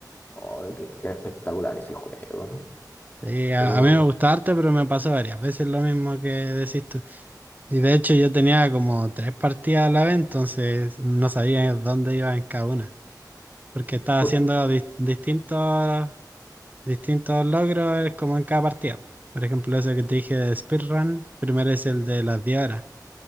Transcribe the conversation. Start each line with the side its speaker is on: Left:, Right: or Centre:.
Left: Oh, qué, qué espectacular ese juego. ¿no?
Right: Sí, a,
Left: Pero...
Right: a mí me gusta harto, pero me pasó varias veces lo mismo que decís tú. Y de hecho yo tenía como tres partidas a la vez, entonces no sabía dónde iba en cada una, porque estaba
Left: ¿Por
Right: haciendo dis- distintos, distintos logros eh, como en cada partida. Por ejemplo, eso que te dije de speedrun, primero es el de las 10 horas.